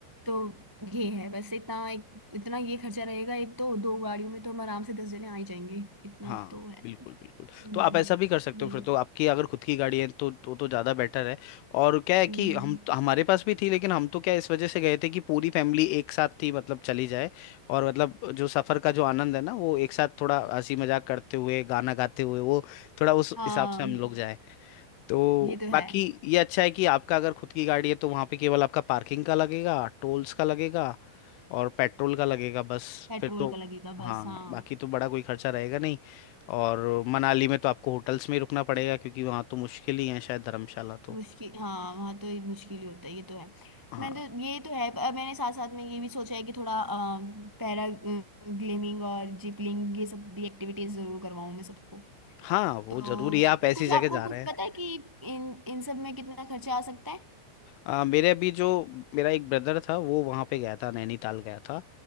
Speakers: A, on the right; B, on the left.
A: तो ये है बस इतना एक इतना ये खर्चा रहेगा एक तो दो गाड़ियों में तो हम आराम से दस जने आ ही जाएंगे इतना
B: हाँ
A: तो है
B: बिल्कुल बिल्कुल
A: हम्म
B: तो आप ऐसा भी कर सकते
A: ये
B: हो फिर तो आपकी अगर खुद की गाड़ी है तो तो, तो ज़्यादा बेटर है और क्या है कि
A: हम्म
B: हम तो, हमारे पास भी थी लेकिन हम तो क्या इस वजह से गए थे कि पूरी फैमिली एक साथ थी मतलब चली जाए और मतलब जो सफ़र का जो आनंद है ना वो एक साथ थोड़ा हंसी मजाक करते हुए गाना गाते हुए वो थोड़ा उस
A: हाँ
B: हिसाब से हम
A: ये,
B: लोग जाए तो
A: ये तो
B: बाकी
A: है
B: ये अच्छा है कि आपका अगर खुद की गाड़ी है तो वहाँ पे केवल आपका पार्किंग का लगेगा टोल्स का लगेगा और पेट्रोल का लगेगा बस
A: पेट्रोल
B: फिर तो
A: का लगेगा
B: हाँ
A: बस हाँ
B: बाकी तो बड़ा कोई खर्चा रहेगा नहीं और मनाली में तो आपको होटल्स में ही रुकना पड़ेगा क्योंकि वहाँ तो मुश्किल ही है शायद धर्मशाला तो
A: मुश्किल हाँ वहाँ तो ये मुश्किल ही होता है ये तो है
B: हाँ
A: मैं तो ये तो है पर मैंने साथ साथ में ये भी सोचा है कि थोड़ा पैरा ग्लेमिंग और जिपलिंग ये सब भी एक्टिविटीज जरूर करवाऊँ मैं सबको
B: हाँ वो
A: तो
B: जरूरी है आप ऐसी
A: कुछ
B: जगह
A: आपको
B: जा रहे
A: कुछ
B: हैं
A: पता है कि इन इन सब में कितना खर्चा आ सकता है
B: आ, मेरे अभी जो मेरा एक ब्रदर था वो वहाँ पे गया था नैनीताल गया था